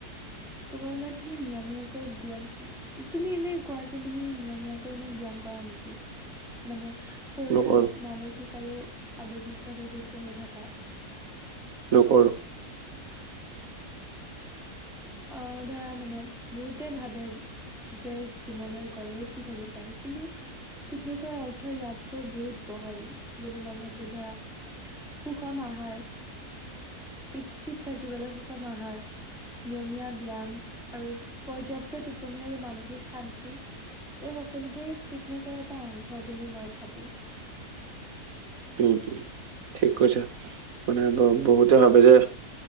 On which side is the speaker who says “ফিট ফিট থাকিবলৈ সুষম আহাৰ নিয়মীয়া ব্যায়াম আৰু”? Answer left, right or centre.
Centre